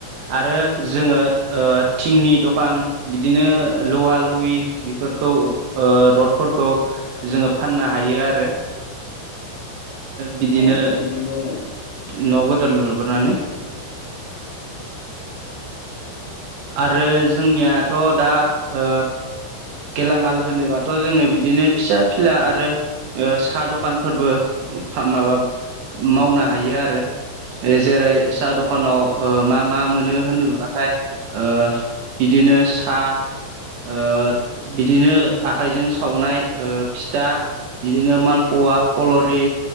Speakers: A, on the right (about 75°); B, on the left (about 70°).
A: आरो जोङो ओ थिंनि दखान बिदिनो लवा लयि बिफोरखौ ओ रडफोरखौ जोङो फाननो हायो आरो। बिदिनो
B: <inaudible> बिदिनो
A: न' गोदोर लुग्रोनानै
B: उम
A: आरो जोंनियाथ' दा ओ गेलामाल होनोबाथ' जोङो बिदिनो फिसा फिला आरो ओ सा दखानफोरबो माबा मावनो हायो आरो। ओ जेरै साहा दखानाव ओ मा मा मोनो होनोब्लाथाय ओ बिदिनो सा ओ बिदिनो आखाइजों सावनाय ओ फिथा बिदिनो मालपुवा पलरि